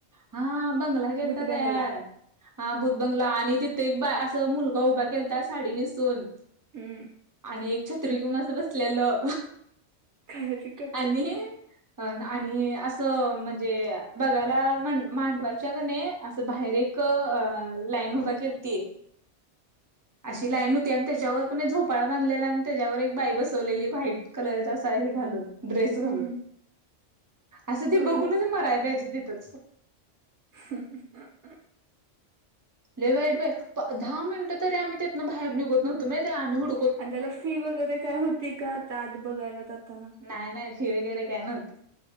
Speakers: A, on the right (about 30°); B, on the right (about 70°).
A: हा बंगला केलता
B: भूत बंगला
A: तयार. हहां भूतबंगला आणि तिथे एक बा असं मुलगा उभा केलाता साडी नेसून
B: हम्म.
A: आणि एक छत्री घेऊन अस बसलेलं
B: खरेदी करतात
A: आणि अह आणि असं म्हणजे बघायला मांडवायच्या का नाय असं बाहेर एक क लाईन उभी केलती अशी लाईन होती आणि त्याच्यावर पण एक झोपाळा बांधलेला आणि त्याच्यावर एक बाई बसवलेली व्हाईट कलरचा साडी हे घालून ड्रेस
B: हम्म
A: घालून असं
B: पोरगच
A: ते बघूनच मरायला पाहिजे तिथच
B: ह
A: लय वाईट बाय पा दहा मिनटं तरी आम्ही त्यातन बाहेर निघत नव्हं तो माहितीय आम्ही ऊठ
B: आणि त्याला फी वगैरे काय होती का आता आत बघायला जाताना
A: नाय नाय फी वगैरे काही नव्हती